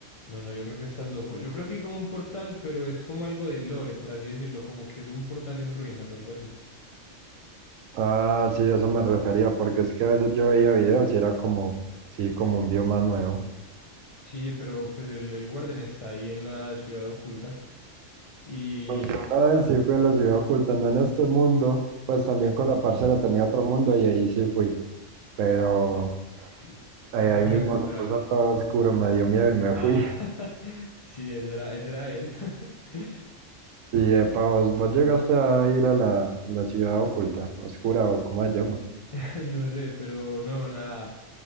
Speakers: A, on the left (about 55°); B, on the right (about 85°).
A: No, no, yo creo que estás loco. Yo creo que hay como un portal, pero es como algo de lore, por así decirlo, como que es un portal en ruinas, algo así.
B: Ah, sí, eso me refería, porque es que a veces yo veía videos y era como, sí, como un bioma nuevo.
A: Sí, pero pues el, el Warden está ahí en la ciudad oculta y
B: Pues yo una vez sí fui a la ciudad oculta, no en este mundo, pues también con la parcera tenía otro mundo y ahí sí fui, pero
A: y
B: ahí,
A: no
B: ahí
A: se
B: mismo
A: lo encontraron.
B: se puso todo oscuro, me dio miedo y me
A: Ah,
B: fui.
A: <laughs>
B: <laughs>
A: sí, ese era, ese era él. <laughs>
B: Sí, epa, vos, vos llegaste a ir a la, a la ciudad oculta, oscura o como se llama.
A: <laughs> No sé, pero no, nada.